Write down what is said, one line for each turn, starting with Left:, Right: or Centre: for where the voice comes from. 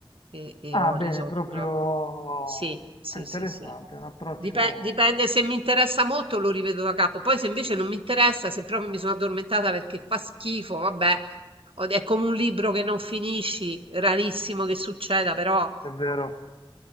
Right: e, e
Left: Ah,
Right: ho
Left: bene,
Right: risolto
Left: proprio
Right: la cosa. Sì, sì,
Left: è interessante,
Right: sì, sì.
Left: è un approccio,
Right: Dipen- Dipende se mi interessa molto, lo rivedo da capo. Poi se invece non mi interessa, se proprio mi sono addormentata perché fa schifo, vabbè, ho- è come un libro che non finisci, rarissimo che succeda, però
Left: è vero,